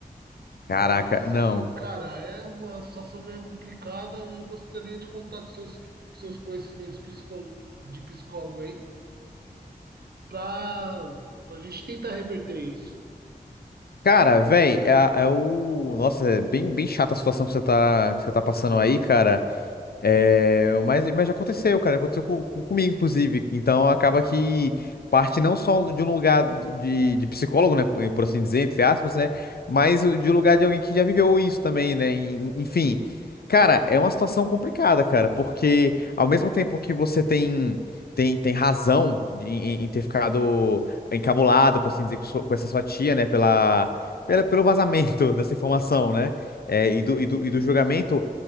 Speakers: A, on the right; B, on the left.
A: Então,
B: Caraca,
A: assim,
B: não.
A: cara, é uma situação meio complicada. Eu gostaria de contar com seus, seus conhecimentos psicó- de psicólogo aí, para a gente tentar reverter isso.
B: Cara, velho, é, é o. Nossa, é bem, bem chata a situação que você tá, que você tá passando aí, cara. É, mas, mas já aconteceu, cara. Aconteceu com, com- comigo, inclusive. Então acaba que parte não só de um lugar de, de psicólogo, né? Por por assim dizer, entre aspas, né? Mas o- de lugar de alguém que já viveu isso também, né? en- Enfim. Cara, é uma situação complicada, cara, porque ao mesmo tempo que você tem. Tem, tem razão de- em, em ter ficado encabulado, por assim dizer, com, sua- com essa sua tia, né? Pela, pela, pelo vazamento <laughs> dessa informação, né? é, e do, e do e do julgamento